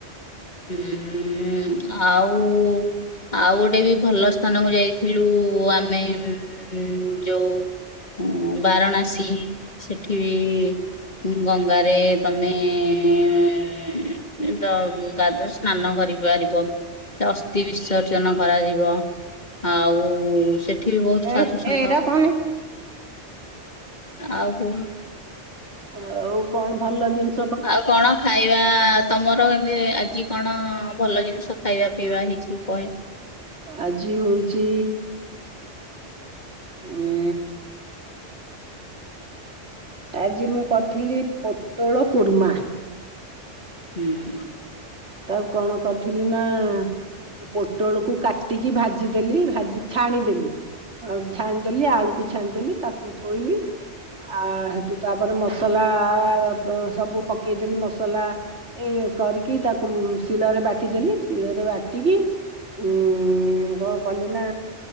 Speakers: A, on the left; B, on the right.
A: ହୁଁ ଆଉ ଆଉ ଗୋଟେ ବି ଭଲ ସ୍ଥାନକୁ ଯାଇଥିଲୁ ଆମେ ଉଁ ଯୋଉ ହୁଁ ବାରଣାସୀ ସେଠି ବି ଉଁ ହୁଁ ଗଙ୍ଗାରେ ତମେ ତ ଗାଦ ସ୍ନାନ କରିପାରିବ ସେ ଅସ୍ଥି ବିସର୍ଜନ କରାଯିବ। ଆଉ ସେଠି ବି ବହୁତ
B: ଏ
A: ସାଧୁସନ୍ଥ
B: ଏଇଟା କହନି।
A: ଆଉ କହୁନୁ?
B: ଆଉ କଣ ଭଲ ଜିନିସ୍
A: ଆଉ କଣ ଖାଇ ଆ ତମର ଏମତି ଆଜି କଣ ଭଲ ଜିନିଷ ଖାଇବା ପିଇବା ହେଇଛି କହି
B: ଆଜି ହଉଚି ଏଁ ଆଜି ମୁଁ କରିଥିଲି ପୋଟଳ କୁର୍ମା।
A: ହୁଁ ହୁଁ।
B: ତ ଆଉ କଣ କରିଥିଲି ନା ପୋଟଳ କୁ କାଟିକି ଭାଜିଦେଲି ଭାଜି ଛାଣିଦେଲି। ଆଉ ଝାଣିଦେଲି ଆଳୁକୁ ଛାଣିଦେଲି ତାକୁ ଥୋଇଲି। ଆ ହେଟୁ ତାପରେ ମସଲା ପ ସବୁ ପକେଇଦେଲି ମସଲା। ଏ କରିକି ତାକୁ ମୁଁ ଶିଳରେ ବାଟିଦେଲି ଶିଳେରେ ବାଟିକି ଉଁ କଣ କଲି ନା